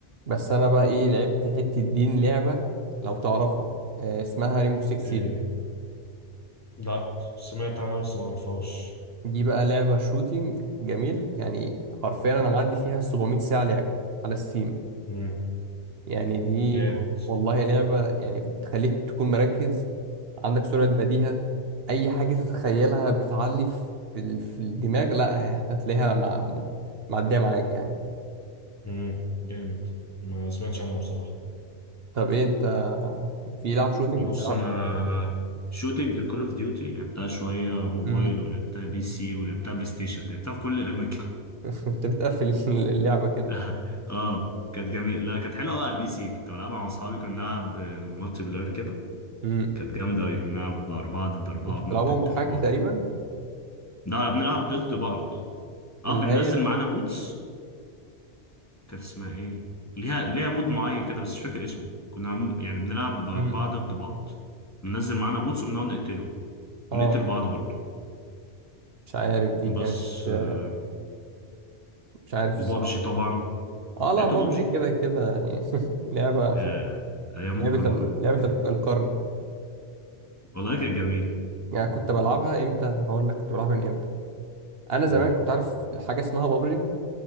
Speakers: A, on the right; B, on the left.
A: بس انا بقى ايه لعبت حتة دين لعبة لو تعرفها آه، اسمها ريمبو 6
B: ايه
A: سيج
B: هي لا سمعت عنها بس ما اعرفهاش
A: دي بقى لعبة شوتينج جميل يعني حرفيا انا معدي فيها 700 ساعة لعب على ستيم
B: مم،
A: يعني دي
B: جامد
A: والله لعبة يعني بتخليك تكون مركز عندك سرعة بديهة اي حاجة تتخيلها بتعلي في ال- في الدماغ لا ه- هتلاقيها مع معدية معاك يعني
B: مم، جامد ما سمعتش عنها بصراحة
A: طب ايه انت في لعب شوتينج
B: بص
A: بتلعب
B: انا شوتينج كول اوف ديوتي لعبتها شويه موبايل
A: امم
B: ولعبتها بي سي ولعبتها بلاي ستيشن لعبتها في كل الاماكن
A: <laughs> انت بتقفل اللعبة
B: <laughs> اه كانت جميل لا كانت حلوه قوي على البي سي كنت بلعبها مع اصحابي كنا بنلعب آه، مالتي بلاير كده
A: كده
B: كانت جامده قوي كنا بنلعب اربعه ضد اربعه
A: كنت بتلعبها
B: بنقعد نقتل
A: محاكي
B: في بعض
A: تقريبا
B: لا لا بنلعب ضد بعض
A: اللي
B: اه بننزل
A: هي
B: معانا بوتس كانت اسمها ايه ليها ليها مود معين كده بس مش فاكر اسمه كنا عم... يعني بنلعب أربعة
A: امم
B: ضد بعض بننزل معانا بوتس وبنقعد نقتلهم
A: اه
B: ونقتل بعض برضه
A: مش عارف دي كانت
B: بس
A: آه،
B: آه،
A: مش عارف
B: وبابجي
A: الصراحة
B: طبعا
A: اه لا
B: لعبت
A: بابجي
B: بابجي
A: كده كده يعني <laughs> لعبة
B: ياه أيام
A: لعبة
B: الكورونا
A: ال... لعبة
B: ياه
A: ال- القرن
B: والله كانت جميلة
A: يعني كنت بلعبها امتى هقول لك كنت بلعبها من امتى انا زمان
B: مم.
A: كنت عارف حاجة اسمها بابجي